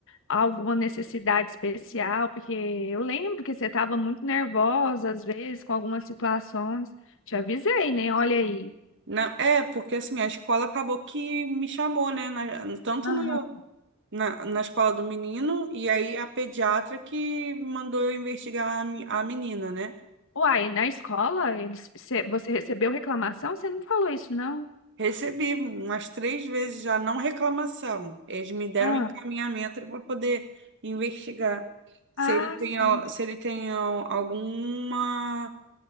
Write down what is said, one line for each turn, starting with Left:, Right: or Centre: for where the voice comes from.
Left: alguma necessidade especial, porque eu lembro que você tava muito nervosa às vezes com algumas situações. Te avisei, né? Olha aí.
Right: Não, é, porque assim, a escola acabou que me chamou, né? na- tanto
Left: Aham.
Right: no- na, na escola do menino, e aí a pediatra que mandou eu investigar a, me- a menina, né?
Left: Uai, na escola, eles, cê- você recebeu reclamação? Você não falou isso, não?
Right: Recebi umas três vezes já, não reclamação. Eles me deram
Left: Ah,
Right: um encaminhamento para poder investigar se
Left: ah,
Right: ele tem,
Left: sim.
Right: al- se ele tem al- alguma